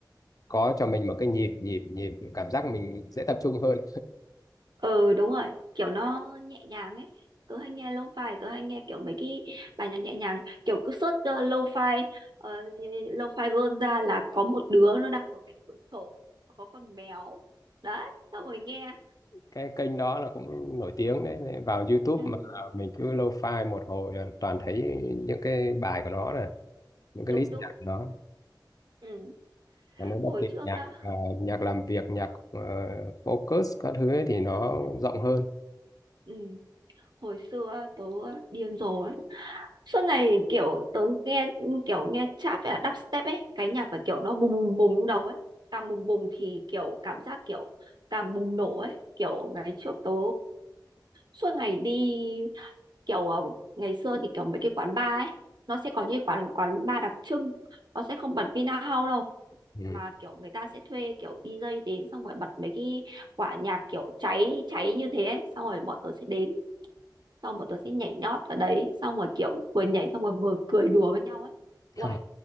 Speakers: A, on the left (about 50°); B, on the right (about 70°).
A: có cho mình một cái nhịp nhịp nhịp cảm giác mình dễ tập trung hơn
B: ờ đúng rồi, kiểu nó nhẹ nhàng ấy. Tớ hay nghe lo-fi, tớ hay nghe kiểu mấy cái bài nhạc nhẹ nhàng, kiểu cứ search uh, lo-fi, ờ, lo-fi girl ra là có một đứa nó đang ngồi cạnh cửa sổ, có con mèo, đấy, xong rồi nghe,
A: cái kênh đó là cũng nổi tiếng đấy Nên vào YouTube
B: ừ,
A: mà mình cứ lâu file một hồi là toàn thấy những cái bài của nó này những cái
B: đúng
A: list
B: đúng,
A: nhạc của nó
B: ừ.
A: và nó đặc
B: Hồi
A: biệt
B: trước
A: nhạc
B: á,
A: ờ, nhạc làm việc nhạc ờ, focus các thứ ấy thì nó rộng hơn
B: ừ, hồi xưa á, tớ điên rồ suốt ngày kiểu tớ nghe kiểu nghe trap và đắp step ấy cái nhạc phải kiểu nó bùng bùng bùng trong đầu ấy càng bùng bùng thì kiểu cảm giác kiểu càng bùng nổ ấy kiểu ngày trước tớ suốt ngày đi kiểu ờ, ngày xưa thì kiểu mấy cái quán bar ấy nó sẽ có những quán quán bar đặc trưng nó sẽ không bật Vinahouse đâu
A: ừ.
B: mà kiểu người ta sẽ thuê kiểu đi DJ đến xong rồi bật mấy cái quả nhạc kiểu cháy cháy như thế ấy. xong rồi bọn tớ sẽ đến xong bọn tôi sẽ nhảy nhót ở đấy xong rồi kiểu vừa nhảy xong rồi vừa cười đùa với nhau ấy
A: <laughs>
B: Uầy,